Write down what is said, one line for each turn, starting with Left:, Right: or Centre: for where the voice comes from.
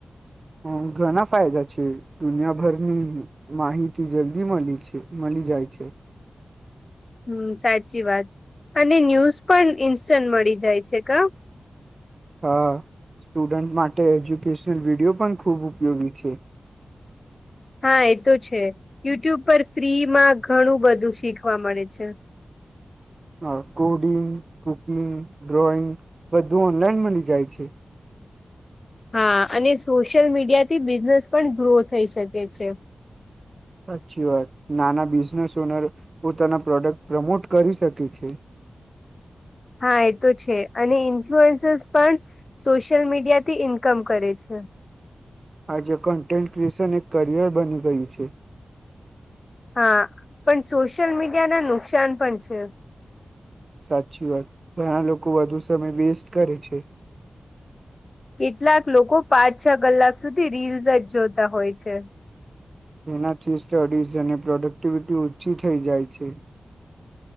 Right: હ ઘણા ફાયદા છે દુનિયાભરની માહિતી જલ્દી મલી છે મલી જાય છે.
Left: હમ સાચી વાત અને ન્યૂઝ પણ ઈન્સ્ટન્ટ મળી જાય છે ક
Right: હા સ્ટુડન્ટ માટે એજ્યુકેશનલ વિડિયો પણ ખૂબ ઉપયોગી છે.
Left: હા એ તો છે યુટ્યુબ પર ફ્રીમાં ઘણું બધું શીખવા મળે છે.
Right: અ કોડિંગ કુકિંગ ડ્રોઈંગ બધું ઓનલાઈન મળી જાય છે.
Left: હા અને સોશિયલ મીડિયા થી બિઝનેસ પણ ગ્રો થઈ શકે છે.
Right: સાચી વાત નાના બિઝનેસ ઓનર પોતાના પ્રોડક્ટ પ્રમોટ કરી શકે છે.
Left: હા એ તો છે અને ઇન્ફ્લુઅન્સર્સ પણ સોશિયલ મીડિયા થી ઇન્કમ કરે છે.
Right: આજે કન્ટેન્ટ ક્રિએશન એક કરિયર બની ગયું છે.
Left: હા પણ સોશિયલ મીડિયા ના નુકસાન પણ છે.
Right: સાચી વાત ઘણા લોકો વધુ સમય વેસ્ટ કરે છે.
Left: કેટલાક લોકો પાંચ છ કલાક સુધી રીલ્સ જ જોતા હોય છે.
Right: તેનાથી સ્ટડીઝ અને પ્રોડક્ટિવિટી ઓછી થઈ જાય છે.